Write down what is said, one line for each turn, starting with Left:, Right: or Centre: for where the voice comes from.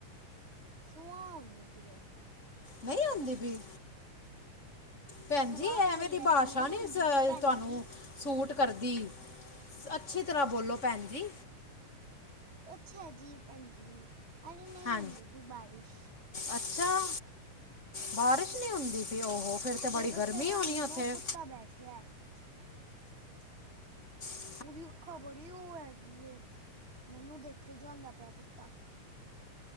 Right: ਸੁਆਹਾਂ ਹੋਂਦੀ ਪਈ ਹੈ।
Left: ਨਹੀਂ ਆਉਂਦੀ ਪਈ। ਭੈਣਜੀ,
Right: ਸੁਆਹ
Left: ਐਵੇਂ
Right: ਬੋਲਿਆ
Left: ਦੀ ਬਾਸ਼ਾ
Right: ਤੇ ਨਹੀਂ
Left: ਨੀ
Right: ਹੁੰਦੀ
Left: ਅ
Right: ਪਈ ਭੈਣ
Left: ਤੁਹਾਨੂੰ
Right: ਜੀ
Left: ਸ਼ੂਟ ਕਰਦੀ, ਅੱਛੀ ਤਰ੍ਹਾਂ ਬੋਲੋ ਭੈਣ ਜੀ।
Right: ਅੱਛਾ ਜੀ ਭੈਣ ਜੀ, ਅਰੇ ਨਹੀਂ
Left: ਹਾਂ
Right: ਹੁੰਦੀ ਪ‌ਈ ਬਾਰਿਸ਼।
Left: ਅੱਛਾ, ਬਾਰਿਸ਼ ਨਹੀਂ ਹੁੰਦੀ ਪਈ ਓ ਹੋ ਫਿਰ ਫੇਰ ਤੇ ਬੜੀ
Right: ਮੇਰੇ
Left: ਗਰਮੀ
Right: ਸਰਹਾਂਦੀ
Left: ਹੋਣੀ ਉੱਥੇ?
Right: ਨਾ ਇੱਕ ਕੁੱਤਾ ਬੈਠਿਆ।
Left: ਖਤ <unintelligible> <inaudible>
Right: ਉਹਦੀ ਅੱਖਾਂ ਬੜੀ ਉਹ ਹੈਗੀ ਏ, ਮੈਨੂੰ ਦੇਖੀ ਜਾਂਦਾ ਪਿਆ ਕੁੱਤਾ।